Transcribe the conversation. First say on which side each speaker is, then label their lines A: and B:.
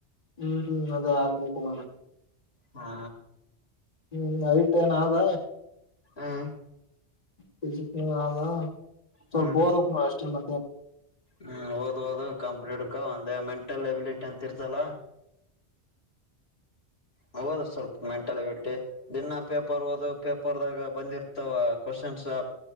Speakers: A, on the left (about 35°); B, on the left (about 65°).
A: ಹ್ಮ್ ಅದ ಹಾಕ್ಬೇಕು ಮಾರ
B: ಹಾ
A: ಹ್ಮ್ ಅಯಟ್ಟೇನದ
B: ಹಾ
A: ಬಜ ಆಬ ಸ್ವಲ್ಪ
B: ಹ್ಮ್
A: ಓದಕ್ ನ ಅಷ್ಟೇ ಲ್ಲ
B: ಹ್ಮ್ ಓದ್ ಓದು ಕಾಂಪ್ಕ ಒಂದ ಮೆಂಟಲ್ ಎಬಿಲಿಟಿ ಅಂತ ಇರ್ತಲ್ಲ ಹೌದ್ರ ಸ್ವಲ್ಪ ಮೆಂಟಲ್ ಎಬಿಟ್ಟಿ ದಿನ ಪೇಪರ್ ಓದು ಪೇಪರ್ದಾಗ ಬಂದಿರ್ತಾವ ಕ್ವಶನ್ಸ್ ಆ